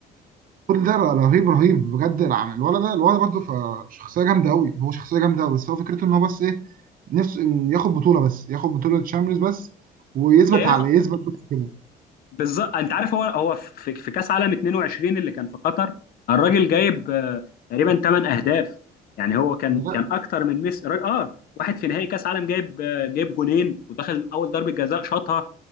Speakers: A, on the right; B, on the left.
A: كل ده رهيب رهيب بجد العم- الولد ده الولد برضه فشخصية جامدة أوي هو شخصية جامدة أوي بس هو فكرته إن هو بس إيه نفسه إن ياخد بطولة بس ياخد بطولة تشامبيونز بس ويثبت
B: يا
A: على يثبت بس كده
B: بالظبط انت عارف هو هو في في كاس عالم 22 اللي كان في قطر الراجل جايب آه، تقريبا 8 اهداف يعني هو كان
A: ده
B: كان اكتر من ميسي الراجل- اه واحد في نهائي كاس عالم جايب آه، جايب جونين ودخل اول ضربه جزاء شاطها